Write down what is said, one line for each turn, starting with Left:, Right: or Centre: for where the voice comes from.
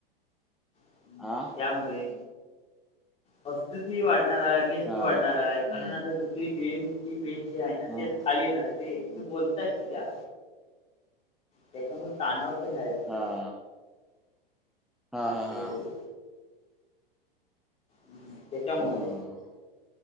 Left: हम्म,
Centre: हा.
Left: त्यामुळे. हॉस्टेल फी वाढणार आहे मेस
Centre: हा
Left: फी वाढणार आहे कारण आता दुसरी बीएमएसी मे जे आहे ना
Centre: हा
Left: ते आ खाली येणार आहे ते तू बोलताय तरी या. त्याच्यामुळे कानावर तरी हयर होचं.
Centre: हा हा हा
Left: हो
Centre: हा.
Left: हम् त्याच्यामुळे.
Centre: हम्म